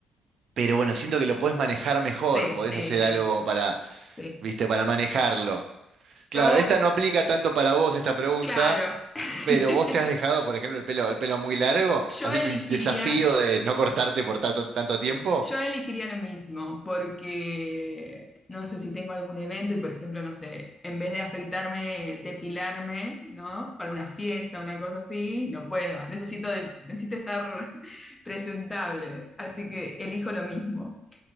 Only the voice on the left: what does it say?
Sí,
sí,
sí,
sí.
Yo,
claro. <laughs>
Yo
elegiría
Yo elegiría lo mismo, porque no sé si tengo algún evento y, por ejemplo, no sé, en vez de afeitarme, depilarme, ¿no? Para una fiesta, una cosa así, no puedo. Necesito, de- necesito estar <laughs> presentable, así que elijo lo mismo.